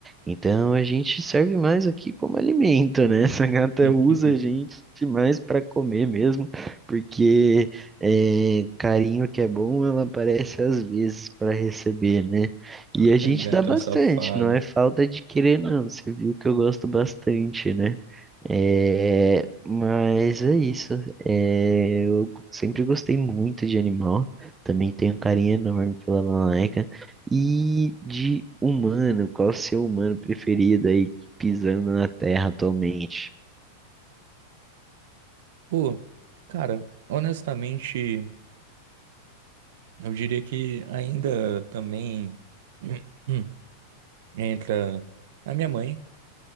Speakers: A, on the right; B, on the right.
A: Então a gente serve mais aqui como alimento, né? <laughs> Essa gata
B: <laughs>
A: usa a gente mais para comer mesmo, porque é, carinho que é bom, ela aparece às vezes para receber, né? E a gente
B: Gatão
A: dá bastante,
B: safado.
A: não é falta de querer, não. Você viu que eu gosto bastante, né? É, mas é isso. É, eu sempre gostei muito de animal. Também tenho um carinho enorme pela Malaika. E de humano, qual o seu humano preferido aí pisando na Terra atualmente?
B: Pô, cara, honestamente, eu diria que ainda também <clears throat> entra a minha mãe.